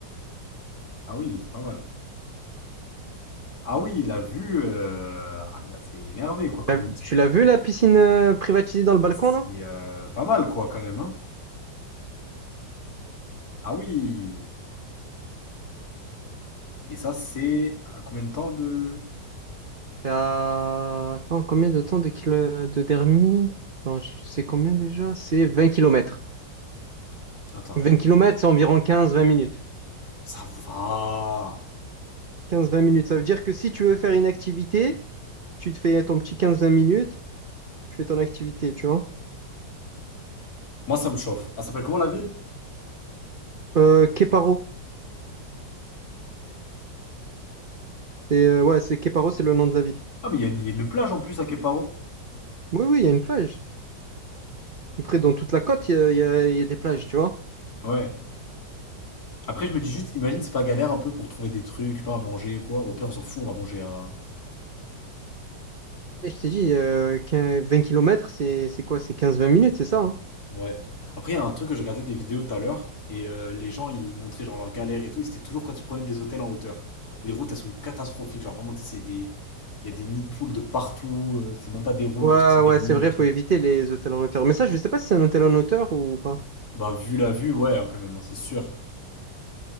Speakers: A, on the left; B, on the right.
A: Ah oui, c'est pas mal. Ah oui, la vue, euh, c'est énervé, quoi, comme
B: T'as-
A: on dit.
B: Tu l'as vu la piscine euh, privatisée dans le balcon
A: C'est
B: là?
A: euh, pas mal, quoi, quand même, hein. Ah oui. Et ça, c'est à combien de temps de...
B: C'est à- Attends, combien de temps de, kilo... de dermi? Attends, je- c'est combien déjà? C'est 20 kilomètres.
A: Attends,
B: Vingt
A: je vais...
B: kilomètres, c'est environ quinze vingt minutes.
A: Ça va.
B: Quinze vingt minutes, ça veut dire que si tu veux faire une activité, tu te fais ton petit quinze vingt minutes, tu fais ton activité, tu vois.
A: Moi, ça me chauffe. Elle s'appelle comment la ville?
B: Euh, Queparo. C'est euh, ouais, c'est Queparo, c'est le nom de la ville.
A: Ah, mais il y, a une il y a une plage en plus à Queparo.
B: Oui, oui, il y a une plage. Après, dans toute la côte, il y a, il y a- il y a des plages, tu vois.
A: Ouais. Après, je me dis juste, imagine, c'est pas galère un peu pour trouver des trucs, je sais pas, à manger ou quoi. Au pire, on s'en fout, on va manger à...
B: Et je t'ai dit, euh, 15 20 km, c'est c'est quoi? C'est 15-20 minutes, c'est ça, hein
A: Ouais. Après, il y a un truc que j'ai regardé des vidéos tout à l'heure, et euh, les gens, ils montraient genre leurs galères et tout, et c'était toujours quand ils prenaient des hôtels en hauteur. Les routes, elles sont catastrophiques, genre vraiment, tu sais, c'est des... Il y a des nids de poules de partout, euh, c'est même pas des routes,
B: Ouais,
A: le truc, c'est des
B: ouais,
A: murs
B: c'est vrai,
A: et tout.
B: faut éviter les hôtels en hauteur. Mais ça, je sais pas si c'est un hôtel en hauteur ou pas.
A: Bah, vu la vue, ouais, hein, quand même, hein, c'est sûr.